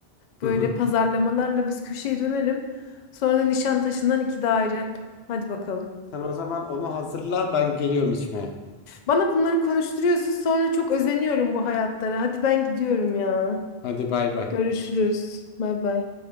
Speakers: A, on the left (about 50°); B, on the left (about 75°).
A: Böyle
B: Hı hı.
A: pazarlamalarla biz köşeye dönelim. Sonra da Nişantaşı'ndan iki daire. Hadi bakalım.
B: Sen o zaman onu hazırla ben geliyorum içmeye.
A: Bana bunları konuşturuyorsun sonra çok özeniyorum bu hayatlara. Hadi ben gidiyorum ya.
B: Hadi bay bay.
A: Görüşürüz. Bay bay.